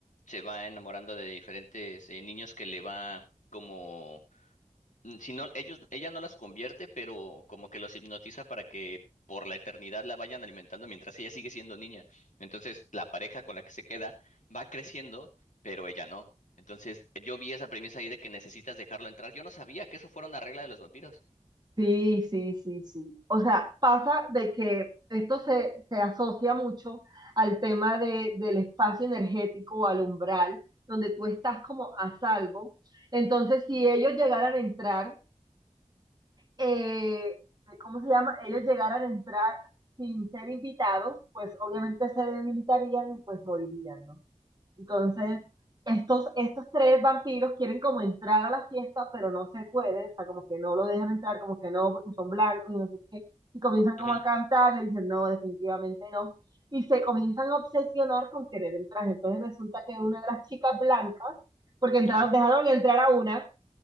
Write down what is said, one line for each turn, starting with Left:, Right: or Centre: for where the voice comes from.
Left: se va enamorando de diferentes eh, niños que le va como mm, Si no, ellos, ella no las convierte, pero como que los hipnotiza para que por la eternidad la vayan alimentando mientras ella sigue siendo niña. Entonces, la pareja con la que se queda va creciendo, pero ella no. Entonces, yo vi esa premisa ahí de que necesitas dejarlo entrar. Yo no sabía que eso fuera una regla de los vampiros.
Right: Sí, sí, sí, sí. O sea, pasa de que esto se, se asocia mucho al tema de- del espacio energético o al umbral, donde tú estás como a salvo. Entonces, si ellos llegaran a entrar, eh, ¿cómo se llama? Ellos llegaran a entrar sin ser invitados, pues obviamente se debilitarían y pues morirían, ¿no? Entonces, estos, estos tres vampiros quieren como entrar a la fiesta, pero no se puede, o sea, como que no lo dejan entrar, como que no, porque son blancos y no sé qué, y comienzan
Left: Ujú,
Right: como
Left: ujú,
Right: a cantar, le dicen, no, definitivamente no, y se comienzan a obsesionar con querer entrar. Entonces resulta que una de las chicas blancas, porque entraron,
Left: ajá.
Right: dejaron entrar a una,